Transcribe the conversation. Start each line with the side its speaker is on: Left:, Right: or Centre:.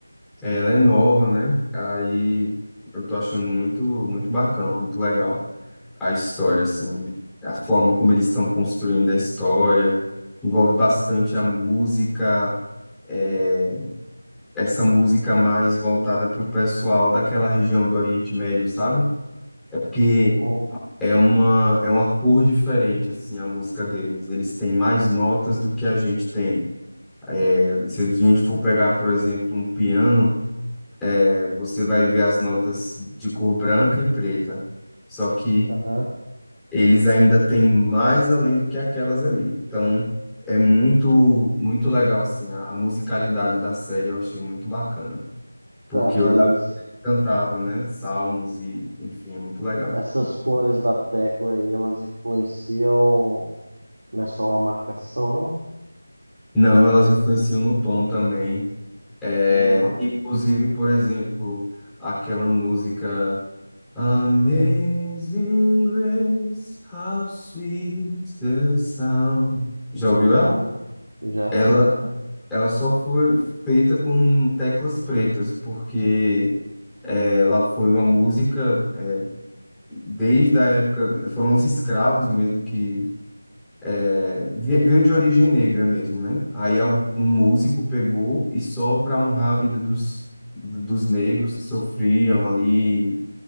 Centre: Ela é nova, né? Aí eu tô achando muito, muito bacana, muito legal. a história, assim, a forma como eles estão construindo a história, envolve bastante a música, é, essa música mais voltada para o pessoal daquela região do Oriente Médio, sabe? É porque
Right: Hum,
Centre: é uma, é uma cor diferente, assim, a música deles. Eles têm mais notas do que a gente tem. É, Se a gente for pegar, por exemplo, um piano, eh, você vai ver as notas de cor branca e preta. Só que
Right: Aham.
Centre: eles ainda têm mais além do que aquelas ali. Então, é muito, muito legal, assim, a, a musicalidade da série eu achei muito bacana, porque
Right: Tá, mas
Centre: o Davi cantava, né, salmos e, enfim, é muito legal.
Right: essas cores da tecla aí, elas influenciam, não é só uma marcação, não?
Centre: Não, elas influenciam no tom também, é,
Right: Ah,
Centre: inclusive, por exemplo, aquela música Amazing Grace, how sweet the sound. Já
Right: uhum.
Centre: ouviu ela?
Right: Já
Centre: Ela,
Right: sim,
Centre: ela só foi feita com teclas pretas, porque ela foi uma música eh, desde a época, foram os escravos mesmo que eh, vie- veio de origem negra mesmo, né? Aí al- um músico pegou e só para honrar a vida dos, dos negros que sofriam ali